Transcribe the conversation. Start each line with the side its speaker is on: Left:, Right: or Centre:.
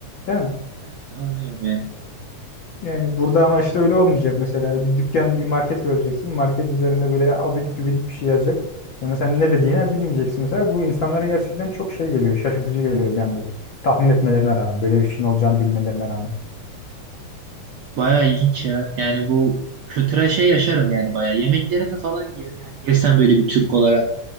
Left: değil mi?
Right: Evet anlıyorum yani.
Left: Yani burada ama işte öyle olmayacak mesela. Bir dükkan, bir market göreceksin. Market üzerinde böyle abidik gübidik bir şey yazacak. Sonra sen ne dediğini bilmeyeceksin mesela. Bu insanlara gerçekten çok şey geliyor, şaşırtıcı geliyor bir anda. Tahmin etmelerine rağmen, böyle bir şeyin olacağını bilmelerine rağmen.
Right: Bayağı ilginç ya. Yani bu kültürel şey yaşarım yani bayağı. Yemeklerini falan yer, yani yesem böyle bir Türk olarak